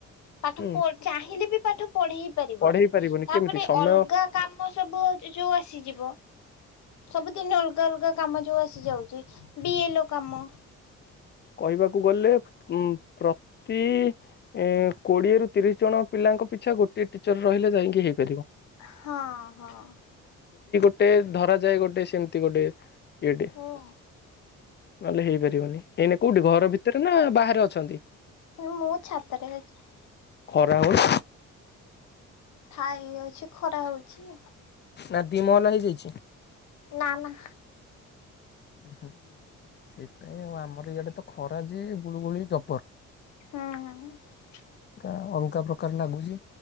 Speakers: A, on the left; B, on the left.
A: ପାଠ
B: ହୁଁ
A: ପ ଚାହିଁଲେ ବି ପାଠ ପଢେଇ ପାରିବନି।
B: ପଢେଇ ପାରିବୁନି
A: ତାପରେ
B: କେମିତି ସମୟ
A: ଅଲଗା କାମ ସବୁ ଅ ଯୋଉ ଆସିଯିବ ସବୁଦିନି ଅଲଗା ଅଲଗା କାମ ଯୋଉ ଆସିଯାଉଚି ବି ଏଲ୍ ଓ କାମ
B: କହିବାକୁ ଗଲେ ଉଁ ପ୍ରତି ଇ କୋଡ଼ିଏରୁ ତିରିଶ ଜଣ ପିଲାଙ୍କ ପିଛା ଗୋଟିଏ ଟିଚର୍ ରହିଲେ ଯାଇଁକି ହେଇପାରିବ।
A: ହଁ ହଁ।
B: ଟେ ଧରାଯାଏ ଗୋଟେ ସେମତି ଗୋଟେ ଏଡ଼ି
A: ହୁଁ
B: ନଲେ ହୋଇଇପାରିବନି। ଏଇନେ କୋଉଠି ଘର ଭିତରେ ନାଁ ବାହାରେ ଅ ଛନ୍ତି
A: ନୁ ମୁଁ ଛାତରେ ଅଛି।
B: ଖରା ହଉନି
A: ଛାଇ ଅଛି ଖରା ହୋଉଚି।
B: ନାଁ ଦି ମହଲା ହେଇଯାଇଚି।
A: ନାଁ ନାଁ।
B: ହୁଁ ସେଇଥିପାଇଁ ଆଉ ଆମର ଇଆଉଡେ ତ ଖରା ଯେ ଗୁଳୁଗୁଳି ଜବର।
A: ହୁଁ।
B: ଆ, ଅଲଗା ପ୍ରକାର ଲାଗୁଚି,